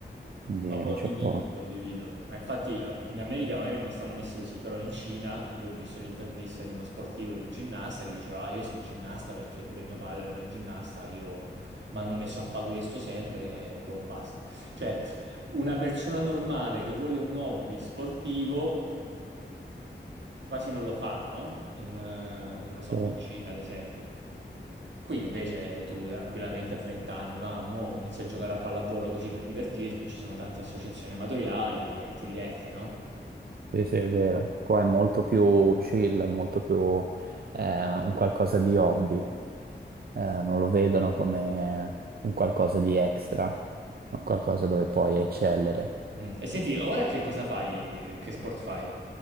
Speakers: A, on the right; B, on the right.
A: Quindi
B: No,
A: eh,
B: condivido,
A: c'è un po'.
B: condivido. Ma infatti a- in America magari non stanno messi così, però in Cina io ho visto l'intervista di uno sportivo, di un ginnasta che diceva, ah, io sono ginnasta perché pure mio padre era ginnasta, io mi hanno messo a fare questo sempre e boh, basta. Cioè, una persona normale che vuole un hobby sportivo quasi non lo fa, no? In, eh, non lo so,
A: Sì.
B: in Cina, ad esempio. Qui invece tu tranquillamente a 30 anni, ma mo inizio a giocare a pallavolo così per divertirmi, ci sono tante associazioni amatoriali e ti diverti, no?
A: Sì, sì, è vero. Qua è molto più chill, è molto più eh, un qualcosa di hobby. Eh, non lo vedono come un qualcosa di extra, un qualcosa dove puoi eccellere.
B: Mm. E senti, ora che cosa fai? Che sport fai?